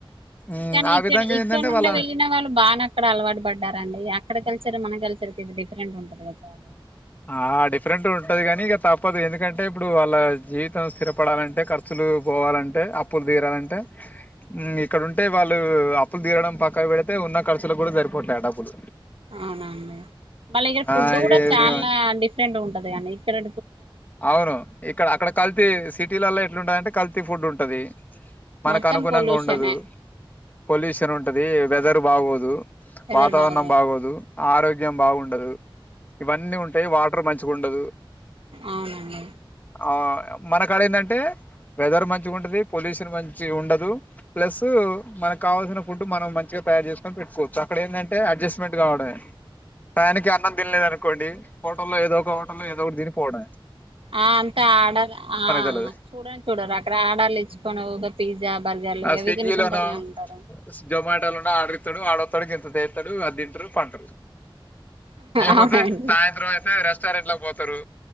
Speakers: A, on the left; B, on the right.
A: ఉమ్,
B: కానీ
A: ఆ
B: ఇక్కడ
A: విధంగా
B: ఇక్కడ
A: ఏంటంటే
B: నుండే
A: వాళ్ళ
B: వెళ్ళిన వాళ్ళు బానే అక్కడ అలవాటు పడ్డారండి అక్కడ కలిచరు మన కలిచర్కి ఇది డిఫరెంట్ ఉంటది. చాలా
A: ఆ డిఫరెంట్ ఉంటది గని ఇగ తప్పదు ఎందుకంటే ఇప్పుడు, వాళ్ళ జీవితం స్థిరపడాలంటే ఖర్చులు పోవాలంటే, అప్పులు తీరాలంటే, ఇక్కడ ఉంటే వాళ్ళు అప్పులు తీరడం పక్కకు పెడితే, ఉన్న ఖర్చులు కూడా సరిపోట్లే ఆ డబ్బులు
B: ఆహా మళ్ళీ ఇక్కడ
A: ఆ
B: ఫుడ్ కూడా
A: ఇ
B: చాలా
A: మేము
B: డిఫ్ రెండు ఉంటది గనీ ఇక్కడె
A: అవును ఇక్కడ అక్కడ కల్తీ సిటీలలో ఎట్లుంటదంటే కల్ తీ ఫుడ్ ఉంటది. మనకనుగుణంగా
B: మొత్తం పొల్యూషనే
A: ఉండదు, పొల్యూషన్ ఉంటది. వెదర్ బాగోదు
B: వెదర్
A: వాతావరణం
B: బాగో
A: బాగోదు, ఆరోగ్యం బాగుండదు, ఇవన్నీ ఉంటయి వాటర్ మంచి చిగుండదు
B: ఆవునండి
A: అవును మన కాడ ఏందంటే, వెదర్ మంచిగా ఉంటంది. పొల్యూషన్ మంచి ఉండదు, ప్లస్ మనకు కావాల్సిన ఫుడ్ మనం మంచిగా తయారు చేసుకొని పెట్టుకోవచ్చు, అక్కడ ఏంటంటే అడ్జస్ట్ మెంట్ కావడమే, టైయానిక్ అన్నం తినలేదను కోండి హోటల్లో ఏదో ఒక ఉంటుంది, ఏదో ఒకటి తిని పోవడమే
B: ఆ అంతా ఆడ ఆ
A: తెలదు
B: చూడనే చూడరు, అక్కడ ఆడర్లు తెచ్చుకోనో ఒక పిజ్జా. బర్గర్లు
A: ఆ
B: అవి
A: స్విగ్గీ
B: తినుకుంటూనే
A: లోనో
B: ఉంటారు
A: జొమాటో లోనో ఆడరిస్తడు ఆడు వస్తడు గింత తడు అది తింటరు పాంటరు. లేకపోతే,
B: అవునండి
A: సాయంత్రం అయితే రెస్ట్. సారి ఎట్లా పోతారు,